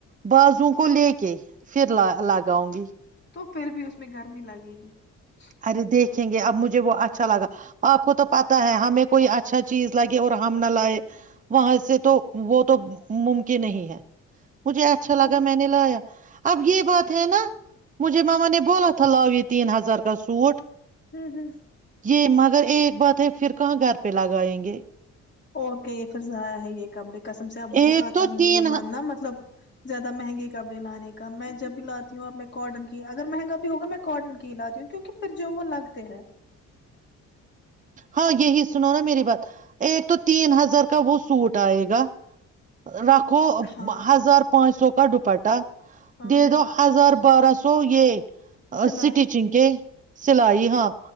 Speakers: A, on the right; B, on the left.
A: باازووں
B: اچھا
A: کو لے کے پھر لا لاگ آؤں گی
B: تو پھر بھی اس میں گرمی لگے گی جی
A: ہر دے دھیں گے اب مجھے وہ اچھا لگا آپ کو تو پتا ہے ہمیں کوئی اچھا چیز لگے اور ہم نہ لائے وہاں سے تو وہ تو ممکن ہی ہے مجھے اچھا لگا
B: وہ بات
A: میں نے لایا اب یہ بات ہے نا مجھے ماما نے بولا تھا لاؤو یہ تین ہزار کا سوٹ
B: ہوں ہوں
A: یہ مگر ایک بات ہے پھر کہاں گھر پہ لاگائیں گے
B: اوک یہ پھر ذریا ہے یہ کمڑے کسم سے اب مجھے
A: ایک
B: آتا
A: تو
B: ہی نہیں
A: تین
B: ہے ماننا مطلب زیاد مہنگے کپڑے لانے میں جب بھی لاتی ہوں اب میں کاٹن کی اگر مہنگا بھی ہوگا میں کاٹن کی ہی لاتی ہوں کیونکہ پھر جو وہ لگتے ہیں
A: ہاں یہی سنو نا میری بات ایک تو تین ہزار کا وہ سوٹ آئے گا رکھو
B: ہاں
A: ہزار پانچ سو کا ڈ پٹا
B: ہاں
A: دے
B: ہاں
A: دو ہزار بارہ سو سو یہ
B: سلائی
A: اس ٹیچنگ کے سلائی ہاں